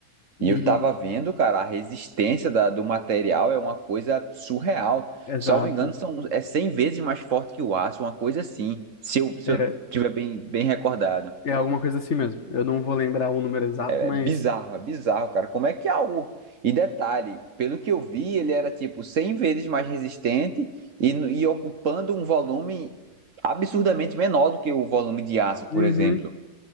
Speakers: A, on the left; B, on the right.
A: E,
B: E eu tava vendo, cara, a resistência da- do material é uma coisa surreal.
A: exato.
B: Salvo engano, são, é 100 vezes mais forte que o aço, uma coisa assim, se eu, se
A: É,
B: eu tiver bem, bem recordado.
A: é alguma coisa assim mesmo. Eu não vou lembrar o número exato,
B: É
A: mas.
B: bizarro, é bizarro, cara. Como é que é algo. E detalhe, pelo que eu vi, ele era tipo 100 vezes mais resistente e, e ocupando um volume absurdamente menor do que o volume de aço,
A: Uhum.
B: por exemplo.